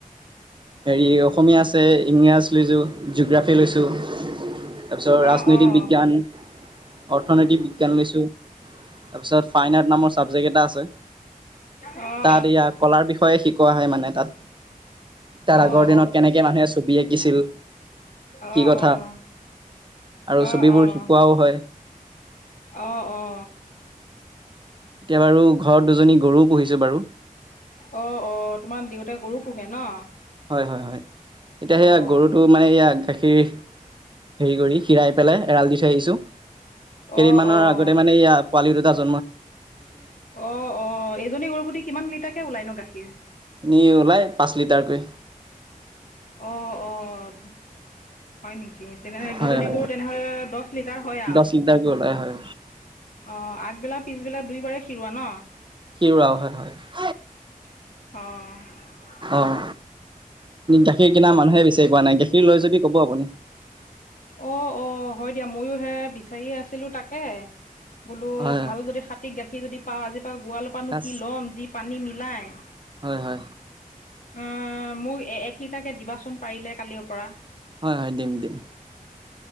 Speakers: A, on the right; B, on the left.
A: হেৰি অসমীয়া আছে ইংৰাজ লৈছোঁ জিঅ'গ্ৰাফী লৈছোঁ তাৰপিছত
B: অ',
A: ৰাজনৈতিক
B: অ', অ', অ',
A: বিজ্ঞান অৰ্থনৈতিক বিজ্ঞান লৈছোঁ। তাৰপিছত ফাইন উপ নামৰ চাবজেক্ট এটা আছে।
B: অ',
A: তাত ইয়া কলাৰ বিষয়ে শিকোৱা হয় মানে তাত তাৰ
B: অ',
A: আগৰ দিনত কেনেকে মানুহে ছবি আঁকিছিল। কি
B: অহ
A: কথা
B: অহ
A: আৰু
B: অহ
A: ছবিবোৰ
B: অহ।
A: শিকোৱাও হয়
B: অ অ।
A: এতিয়া বাৰু ঘৰত দুজনী গৰুও পুহিছো বাৰু।
B: অ অ তোমাৰ দেউতে গৰু পোহে ন।
A: হয় হয় হয় এতিয়া
B: অ',
A: সেয়া গৰুটো মানে ইয়া গাখীৰ--। হেৰি কৰি খিৰাই পেলাই এৰাল দি থৈ আহিছো
B: অ',
A: কেইদিনমানৰ
B: অ',
A: আগতে মানে ই পোৱালি দুটা জ ।
B: অ অ এজনী গৰু প্ৰতি কিমান লিটাৰ কে ওলাই ন গাখীৰ।
A: চেনি ওলাই পাঁচ লিটাৰকৈ
B: অ অ। হয় নেকি তেনেহ
A: হয়
B: দুজনী
A: হয়
B: গৰু তেনেহলে দহ লিটাৰ হয় আৰু।
A: দহ লিটাৰকৈ ওলাই হয়
B: অ আগবেলা পিছবেলা দুই বাৰে খিৰোৱা ন।
A: শিউৰাও হয় হয়।
B: অহ।
A: অ গাখীৰ কিনা মানুহে বেছি কোৱা নাই গাখীৰ লৈ যদি ক'ব আপুনি।
B: অ অ হয় দিয়া ময়ো হে বিচাৰিয়ে আছিলো তাকে। বোলো
A: হয়
B: ভাল
A: হয়
B: যদি হাতীক গাখীৰ যদি পাওঁ আজি। গোৱালৰ পৰানো
A: ক্লাছ
B: কি লম যি পানী মিলাই।
A: হয় হয়
B: অ মোক এক লিটাৰকে দিবাচোন পাৰিলে কালিৰ পৰা।
A: হয় হয় দিম দিম